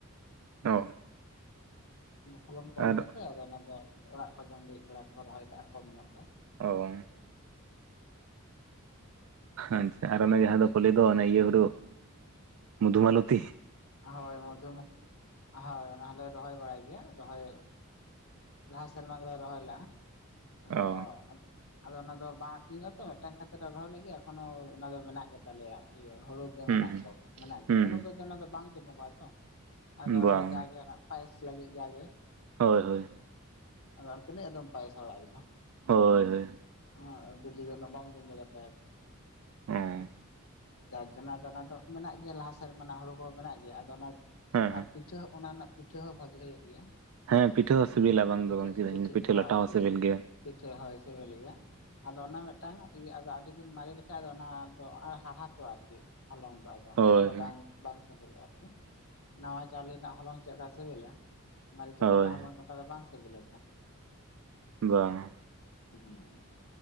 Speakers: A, on the right; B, on the left.
A: ᱚ
B: ᱯᱷᱚᱞᱚᱱ ᱠᱚᱢ
A: ᱟᱨ
B: ᱜᱮᱛᱮ ᱟᱫᱚ ᱚᱱᱟ ᱫᱚ ᱚᱲᱟᱜ ᱠᱚ ᱡᱚᱢ ᱞᱟᱜᱤᱛ ᱵᱟᱲᱟ ᱠᱚ ᱨᱚᱦᱚᱭ ᱠᱟᱜᱼᱟ ᱠᱚᱢ ᱧᱚᱜ᱾
A: ᱚᱻ ᱟᱪᱪᱷᱟ ᱟᱨ ᱚᱱᱮ ᱡᱟᱦᱟᱸ ᱫᱚᱠᱚ ᱞᱟᱹᱭ ᱫᱚ ᱚᱱᱟ ᱤᱭᱟᱹ ᱦᱩᱲᱩ ᱠᱚ ᱢᱳᱷᱩᱢᱟᱞᱚᱛᱤ᱾
B: ᱦᱳᱭ ᱢᱚᱫᱷᱩᱢᱩ ᱦᱳᱭ ᱚᱱᱟ ᱦᱚᱞᱮ ᱨᱚᱦᱚᱭ ᱵᱟᱲᱟᱭ ᱜᱮᱭᱟ ᱨᱚᱦᱚᱭᱼᱼ ᱞᱟᱦᱟ ᱥᱮᱨᱢᱟ ᱜᱮᱞᱮ ᱨᱚᱦᱚᱭ ᱞᱮᱭᱟ ᱟᱫᱚᱼᱼ
A: ᱚ
B: ᱟᱫᱚ ᱚᱱᱟ ᱫᱚ ᱵᱟᱝ ᱟᱠᱷᱨᱤᱧᱚᱜᱼᱟ ᱛᱚ ᱢᱤᱫᱴᱟᱝ ᱠᱷᱟᱹᱛᱤᱨ ᱮᱵᱷᱟᱣ ᱞᱟᱜᱤᱫ ᱮᱠᱷᱚᱱᱚ ᱚᱱᱟ ᱫᱚ ᱢᱮᱱᱟᱜ ᱜᱮᱛᱟᱞᱮᱭᱟ ᱤᱭᱟᱹ ᱦᱩᱲᱩ ᱢᱮᱱᱟᱜ
A: ᱦᱩᱸ
B: ᱠᱚ ᱢᱮᱱᱟᱜ
A: ᱦᱩᱸ
B: ᱜᱮᱭᱟ ᱩᱱᱟᱹᱜ ᱫᱚ ᱚᱱᱟ ᱫᱚ ᱵᱟᱝ ᱡᱚᱢᱚᱜᱚᱜᱼᱟ ᱛᱚ ᱟᱫᱚ
A: ᱦᱩᱸ
B: ᱚᱱᱟ
A: ᱵᱟᱝ
B: ᱫᱚ ᱡᱟᱜᱮ ᱚᱱᱟ ᱯᱟᱭᱮᱥ ᱞᱟᱜᱤᱛ ᱡᱟᱜᱮᱼᱼ
A: ᱦᱳᱭ ᱦᱳᱭ
B: ᱟᱫᱚ ᱛᱤᱱᱟᱹᱜ ᱟᱫᱚᱢ ᱯᱟᱭᱮᱥᱟ ᱚᱲᱟᱜ ᱨᱮ ᱫᱚ᱾
A: ᱦᱳᱭ ᱦᱳᱭ
B: ᱦᱩᱸ ᱫᱤᱞᱤ ᱫᱚ ᱵᱟᱢ ᱡᱚᱢᱚᱱ ᱫᱚ <unintelligible>
A: ᱚ ᱦᱮᱸ
B: ᱡᱟᱨ ᱡᱚᱱᱱᱚ ᱟᱫᱚ ᱚᱱᱟ ᱫᱚ ᱢᱮᱱᱟᱜ ᱜᱮᱭᱟ ᱞᱟᱦᱟ ᱥᱮᱨᱢᱟ ᱨᱮᱱᱟᱜ ᱦᱩᱲᱩ ᱠᱚ ᱢᱮᱱᱟᱜ ᱜᱮᱭᱟ ᱟᱫᱚ ᱚᱱᱟᱼᱼ
A: ᱦᱮᱸ
B: ᱟᱨ ᱯᱤᱴᱷᱟᱹ ᱦᱚᱸ ᱚᱱᱟ ᱨᱮᱱᱟᱜ ᱯᱤᱴᱷᱟᱹ ᱦᱚᱸ ᱵᱷᱟᱜᱮ ᱦᱩᱭᱩᱜ ᱜᱮᱭᱟ᱾
A: ᱦᱮᱸ ᱯᱤᱴᱷᱟᱹ ᱦᱚᱸ ᱥᱤᱵᱤᱞᱟ ᱵᱟᱝ
B: ᱯᱤᱴᱷᱟᱹ
A: ᱫᱚ ᱵᱟᱝ ᱯᱤᱴᱷᱟᱹ
B: ᱦᱳᱭ
A: ᱞᱟᱴᱷᱟ ᱦᱚᱸ
B: ᱯᱤᱴᱷᱟᱹ
A: ᱥᱤᱵᱤᱞ ᱜᱮᱭᱟ᱾
B: ᱯᱤᱴᱷᱟᱹ ᱦᱳᱭ ᱥᱤᱵᱤᱞ ᱜᱮᱭᱟ ᱟᱫᱚ ᱚᱱᱟ ᱢᱤᱫᱴᱟᱝ ᱤᱭᱟᱹ ᱟᱫᱚ ᱟᱹᱰᱤ ᱫᱤᱱ ᱢᱟᱨᱮ ᱞᱮᱠᱷᱟᱱ ᱚᱱᱟ ᱫᱚᱼᱼ ᱦᱟᱲᱦᱟ ᱛᱚ ᱟᱨᱠᱤ ᱦᱚᱞᱚᱝ ᱫᱚ ᱟᱫᱚ
A: ᱦᱳᱭ
B: ᱚᱱᱠᱟ ᱫᱚ ᱵᱟᱝ᱾ ᱵᱟᱝ ᱥᱤᱵᱤᱞᱚᱜ ᱟᱨᱠᱤ ᱱᱟᱣᱟ ᱪᱟᱣᱞᱮ ᱨᱮᱱᱟᱜ ᱦᱚᱞᱚᱝ ᱪᱮᱫᱞᱮᱠᱟ ᱥᱤᱵᱤᱞᱟ ᱢᱟᱨᱮ ᱪᱟᱣᱞᱮ
A: ᱦᱳᱭ
B: ᱨᱮᱱᱟᱜ ᱦᱚᱞᱚᱝ ᱫᱚᱼᱼ ᱚ ᱫᱚ ᱵᱟᱝ ᱥᱤᱵᱤᱞ ᱛᱚ,
A: ᱵᱟᱝ
B: ᱦᱩᱸ